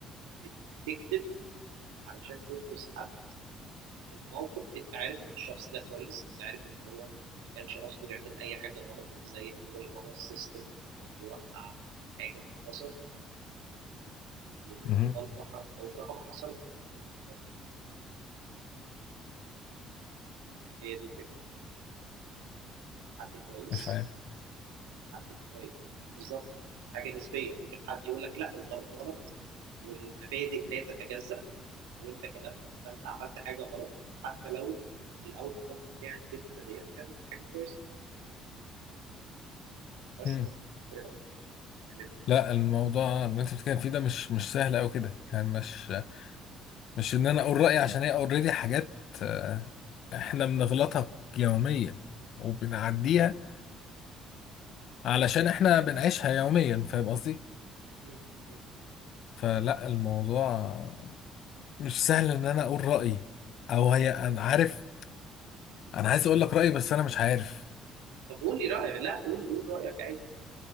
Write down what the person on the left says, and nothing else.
مهم.
مش عارف
مم.
لا الموضوع اللي انت بتتكلم فيه ده مش مش سهل قوي كده يعني مش مش ان انا اقول رايي عشان هي اوريدي حاجات آه، احنا بنغلطها يوميا وبنعديها
علشان احنا
بنعيشها يوميا فاهم قصدي
فلا الموضوع مش سهل ان انا اقول رايي او هي انا عارف انا عايز اقول لك رايي بس انا مش عارف